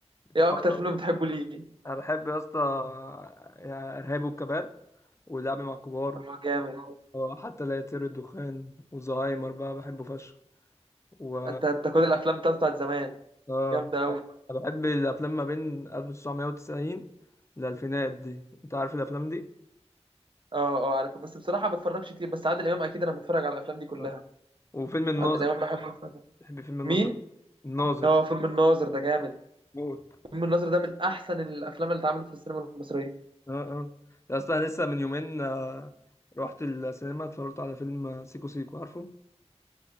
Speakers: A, on the left; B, on the right.
A: بتتفرج
B: ايه اكتر فيلم
A: عليه
B: بتحبه ليه
A: انا بحب يا اسطى يا ارهاب والكباب ولعب مع الكبار
B: هو جامد
A: اه، حتى لا يطير الدخان وزهايمر بقى بحبه فشخ و
B: انت انت كل الافلام بتاعته بتاعت زمان
A: اه
B: جامده قوي
A: انا بحب الافلام ما بين 1990 للالفينات دي انت عارف الافلام دي
B: اه اه عارفها بس بصراحه ما بتفرجش كتير بس عادل امام اكيد انا بتفرج على الافلام دي كلها
A: اه. وفيلم الناظر
B: عادل امام بحب اتفرج
A: بحب فيلم الناظر
B: مين
A: الناظر
B: اه فيلم الناظر ده جامد
A: موت
B: فيلم الناظر ده من احسن الافلام اللي اتعملت في السينما المصريه
A: اه اه يا اصلا أنا لسه من يومين آه، رحت السينما اتفرجت على فيلم آه، سيكو سيكو عارفه